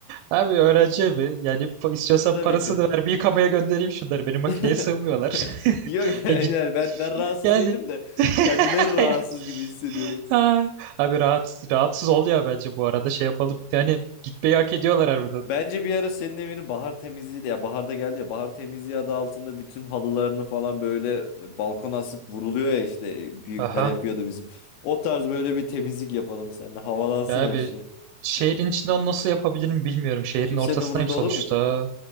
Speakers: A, on the right; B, on the left.
A: Abi öğrenci evi. Yani pa- istiyorsan
B: E tabii
A: parasını
B: ki.
A: ver bir yıkamaya göndereyim şunları. Benim makineye
B: <laughs>
A: sığmıyorlar. <laughs>
B: Yok yani
A: Ya git
B: ben ben rahatsız
A: yani.
B: değilim de kendileri
A: <laughs>
B: rahatsız gibi hissediyorum.
A: Ha, Abi rahat, rahatsız ol ya bence bu arada şey yapalım. Yani gitmeyi hak ediyorlar harbiden.
B: Bence bir ara senin evini bahar temizliği de ya baharda geldi ya bahar temizliği adı altında bütün halılarını falan böyle e, balkona asıp vuruluyor ya işte e, büyükler
A: Aha.
B: yapıyordu bizim. O tarz böyle bir temizlik yapalım seninle havalansın
A: Ya
B: her
A: abi
B: şey.
A: şehrin içinde onu nasıl yapabilirim bilmiyorum. Şehrin
B: Kimsenin
A: ortasındayım
B: umurunda
A: sonuçta.
B: olur mu ki?